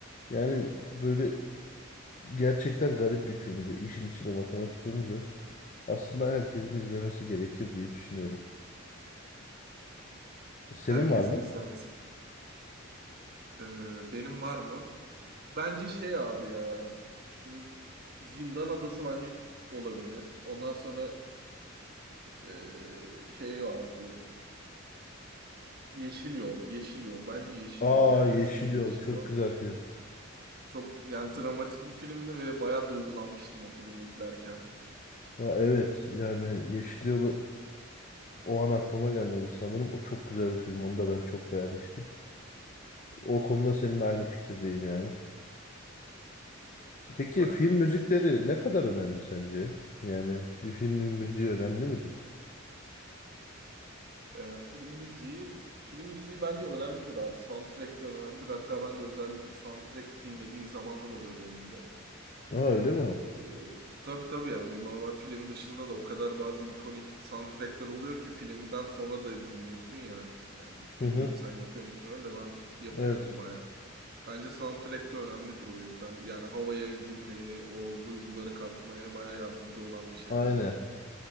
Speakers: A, on the left; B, on the right.
A: Yani böyle gerçekten garip bir filmdi. İşin içinde matematik olunca aslında herkesin izlemesi gerekir diye düşünüyorum. Senin
B: Herkesin
A: var mı?
B: izlemesi. Ee, benim var mı? Bence şey abi ya düşüneyim Zindan Adası bence olabilir. Ondan sonra e, şey vardı. Yeşil Yol. Yeşil Yol. Bence Yeşil
A: Aa
B: Yol ya
A: Yeşil
B: kesinlikle
A: Yol
B: Yeşil
A: çok
B: Yol.
A: güzel film.
B: Çok yani dramatik bir filmdi ve bayağı duygulanmıştım o filmi izlerken.
A: Ya evet yani Yeşil Yol'u O an aklıma gelmemiş sanırım. O çok güzel bir film. Onu da ben çok beğenmiştim.
B: Hı
A: O
B: hı.
A: konuda seninle aynı fikirdeyim yani.
B: Süper.
A: Peki film müzikleri ne kadar önemli sence? Yani bir filmin müziği önemli midir?
B: E, film müziği film müziği bence önemlidir abi. Soundtrack'ler önemlidir. Hatta ben de özellikle soundtrack dinlediğim zamanlar oluyor benim de.
A: Aa öyle mi?
B: Ee, tabii tabii yani normal film dışında da o kadar bazı ikonik soundtrackler oluyor ki filmden sonra da dinliyorsun ya. Yani
A: Hı
B: bilmiyorum
A: hı.
B: sen yapıyor musun öyle de ben yapıyorum
A: Evet.
B: baya. Bence soundtrack de önemlidir o yüzden. Yani havaya girmeye, o duyguları katmaya baya yardımcı olan bir şey
A: Aynen.
B: bence.